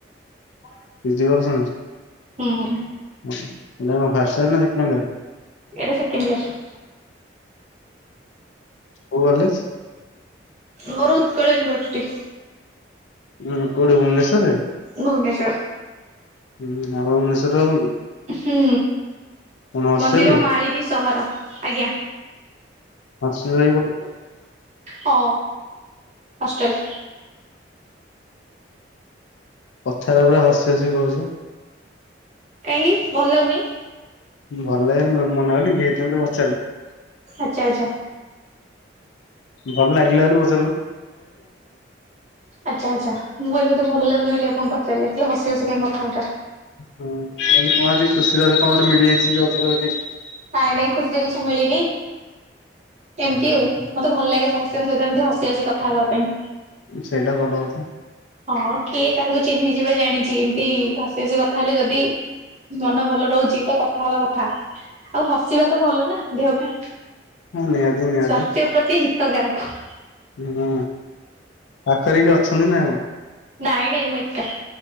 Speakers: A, on the left; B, on the right.
A: <unintelligible>
B: ହୁଁ।
A: ଏଇଟା କଣ ଫାଷ୍ଟ ଇୟର ନା ସେକେଣ୍ଡ ଇୟର?
B: ଏଇଟା ସେକେଣ୍ଡ ଇୟର।
A: କୋଉ କଲେଜ?
B: ମୋର ଉତ୍କଳ ୟୁନିଭର୍ସିଟି।
A: ଉଁ ହୁଁ କୋଉଠି ଭୁବନେଶ୍ଵରରେ?
B: ଭୁବନେଶ୍ଵର।
A: ହୁଁ ଆପଣ ଭୁବନେଶ୍ଵର ରହୁଛନ୍ତି?
B: ହୁଁ
A: କଣ ହଷ୍ଟେଲରେ?
B: ମନ୍ଦିର ମାଳିନୀ ସହର ଆଜ୍ଞା।
A: <unintelligible>
B: ହଁ ହଷ୍ଟେଲ।
A: କଥାରେ ପୁରା ହସି ହସି କହୁଚ।
B: କାହିଁକି ଭଲ ଲାଗୁନି?
A: ଭଲ ଲାଗେନି କଣ ମୁଁ ମନା କଲି କି ହେଇଥି ପାଇଁ ତ
B: ଆଚ୍ଛା ଆଚ୍ଛା।
A: ଭଲ ଲାଗିଲା ବୋଲି ବ
B: ଆଚ୍ଛା ଆଚ୍ଛା ମୁଁ କହିଲି ବୋଧେ ଭଲ ଲାଗୁନି ବୋଲି ଆପଣ ପଚାରିଲେ। କି ହସି ହସି କାଇଁ କଥା ହଉଚ।
A: ହୁଁ କଣ ଆଜି ଖୁସିରେ ଆଜି କଣ ଗୋଟେ ମିଳିଯାଇଛି କି ଅଧିକ ଅଧିକ
B: ନାଇଁ ନାଇଁ ଖୁସିରେ କିଛି ମିଳିନି ଏମିତି ଆଉ। ମତେ ଭଲ ଲାଗେ ସମସ୍ତଙ୍କ ସହିତ ଏମତି ହସି ହସି କଥା ହେବା ପାଇଁ।
A: ସେଇଟା ଭଲ କଥା।
B: ହଁ କିଏ କାହାକୁ ଚିହ୍ନିଚି ବା ଜାଣିଛି ଏମତି ହସି ହସି କଥା ହେଲେ ଯଦି ମନ ଭଲ ରହୁଚି। ତ କଥା ହବା କଥା, ଆଉ ହସିବା ତ ଭଲ ନା ଦେହ ପାଇଁ।
A: ହଁ ନିହାତି ନିହାତି।
B: ସ୍ୱାସ୍ଥ୍ୟ <unintelligible>
A: ହୁଁ ପାଖରେ କିଏ ଅଛନ୍ତି ନା କଣ?
B: ନାଇଁ ନାଇଁ ମୁଁ ଏକା